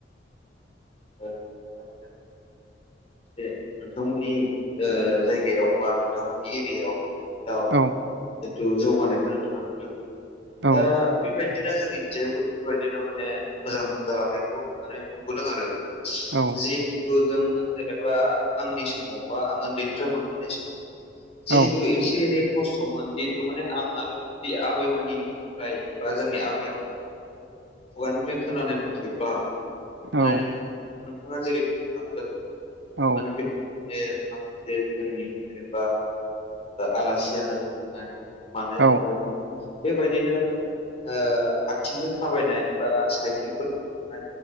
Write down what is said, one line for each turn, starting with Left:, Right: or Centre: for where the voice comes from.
Left: <unintelligible> एह नोंथांमोननि ओ जायगायाव बा नोंथांमोननि एरियायाव दा जिहेथु
Right: औ
Left: जौगानायखौ नोंथाङा नुदों।
Right: औ
Left: दा बेबायदि बिदिनो जों इज्जायबो बेफोरबायदिनो माने मोजां जालांनायखौ माने नुबोदों आरो।
Right: औ
Left: जिहेथु जों जेनेबा आंनि समाव बा आं उन्दैनिफ्राय मोनबोनाय समाव जिहेतु
Right: औ
Left: एसे एनै खस्थ'मोन जिहेतु माने आं आरो जि आबैमोननिफ्राय बा जोंनि आबै आबौ खुगानिफ्राय खोनानाय मथेबब्ला माने
Right: औ
Left: नों नोंथाङा जेरै बुंलांदों
Right: औ
Left: माने बेबायदिनो माखासे जोंनि जेनेबा आलासि जानो थांनाय मानायफ्रावहाय
Right: औ
Left: मा बेबायदिनो माने आथिंजों थाबायनाय बा साइकेलफोरदों थांनाय